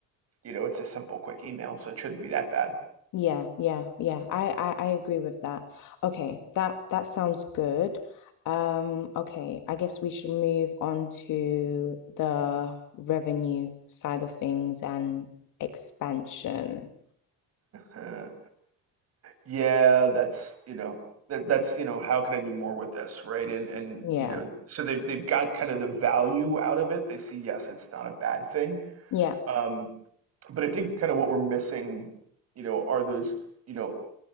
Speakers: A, on the right; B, on the left.
A: you know, it's a simple, quick email, so it shouldn't be that bad.
B: yeah, yeah, yeah. I, I I agree with that. Okay, that that sounds good. Um, okay, I guess we should move on to the revenue side of things and expansion.
A: Uh, yeah, that's, you know, that that's, you know, how can I do more with this, right? And and
B: Yeah,
A: you know, so they've they've got kind of the value out of it. They see, yes, it's not a bad thing.
B: yeah,
A: Um, but I think kind of what we're missing, you know, are those, you know,